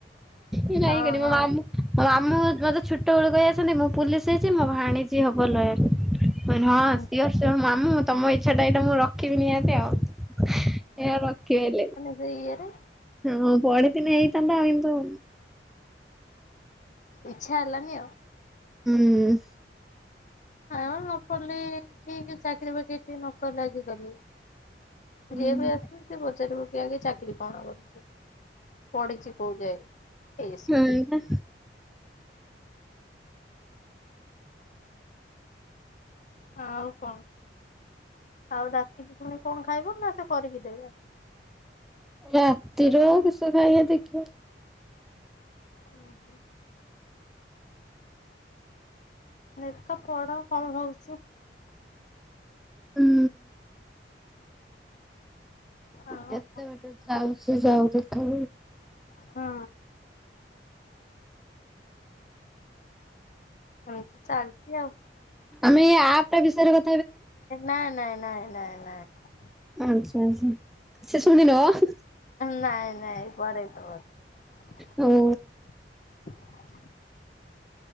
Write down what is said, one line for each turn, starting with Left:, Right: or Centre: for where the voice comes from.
Centre: ଏ ନାଇଁ
Left: ହଁ
Centre: କଲେ
Left: ହଁ।
Centre: ମୋ ମାମୁଁ ମୁଁ ମୋତେ ଛୋଟ ବେଳୁ କହି ଆସନ୍ତି ମୁଁ ପୁଲିସ ହେଇଚି ମୋ ଭାଣିଜି ହବ ଲୟର ହଁ ସିଏ
Left: ଓହୋ
Centre: ସିଓର ସିଓର୍ ମାମୁ ତମ ଇଚ୍ଛା ଟା ଏଇଟା ମୁଁ ରଖିବି ନିହାତି ଆଉ ହେଲେ ରଖି ପାରିଲିନି।
Left: ସେଇ ଇଏରେ
Centre: ହୁଁ ପଢ଼ଥିଲେ ହେଇଥାନ୍ତା ଆଉ କିନ୍ତୁ
Left: ଇଚ୍ଛା ହେଲାନି ଆଉ।
Centre: ହୁଁ।
Left: ହଁ ନ ପଡିଲି ଠିକ ଚାକିର ବାକିରି ଟିକେ ନକଲେ ଆଜିକାଲି
Centre: ହୁଁ।
Left: ଯିଏ ବି ଆସୁଚି ସିଏ ପଚାରିବ ଆଗ ଚାକିରି କଣ କରୁଛି, ପଢିଛି କୋଉ ଯାଏ? ଏଇସବୁ
Centre: ହୁଁ।
Left: ହ ଆଉ କଣ? ଆଉ ରାତି ତୁମେ କଣ ଖାଇବ ନା ସେ କରିକି ଦେବେ ଆଉ?
Centre: ରାତିର କିଷ ଖାଇଆ ଦେଖିବା।
Left: ହଁ ହୋ। ଲେଖ ପଡ କଣ ହଉଛି।
Centre: ହୁଁ
Left: ଆଉ
Centre: କେତେ
Left: ହୁଁ
Centre: ବାଟେ ଯାଉ ସେ ଯାଉ ଦେଖା
Left: ହଁ। ହମ ତ ଚାଲଛି ଆଉ
Centre: ଆମେ ଏଇ ଆପଟା ବିଷୟରେ କ
Left: ନାଇ ନାଇଁ ନାଇଁ ନାଇଁ ନାଇଁ
Centre: ଆଛା ଆଛା <unintelligible>
Left: ନାଇଁ ନାଇଁ <unintelligible>
Centre: ହଉ